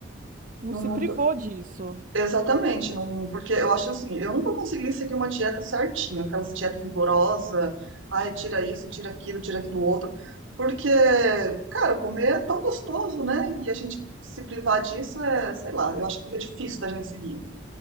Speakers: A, on the right; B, on the right.
A: não
B: não,
A: se
B: não
A: privou
B: tô-
A: disso.
B: exatamente, não, porque eu acho assim, eu nunca consegui seguir uma dieta certinha, aquelas dietas rigorosas, ai, tira isso, tira aquilo, tira aquilo outro, porque, cara, comer é tão gostoso, né? E a gente se privar disso é, sei lá, eu acho que fica difícil da gente seguir.